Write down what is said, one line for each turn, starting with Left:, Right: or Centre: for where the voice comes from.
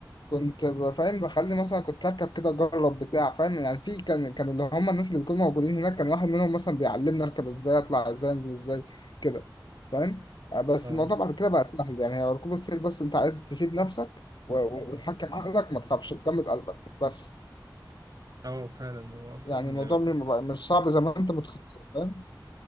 Left: كنت ب- فاهم بخلي مثلا كنت اركب كده اجرب بتاع فاهم يعني في كان كان اللي هم الناس اللي بيكونوا موجودين هناك كان واحد منهم مثلا بيعلمني اركب ازاي اطلع ازاي انزل ازاي كده فاهم آه، بس
Right: اه
Left: الموضوع بعد كده بقى سهل يعني هي ركوب الخيل بس انت عايز تسيب نفسك و- و- وتحكم عقلك وما تخافش تجمد قلبك بس
Right: اه فعلا هو اصلا
Left: يعني الموضوع م- ما بقى- مش صعب زي ما انت متخيل فاهم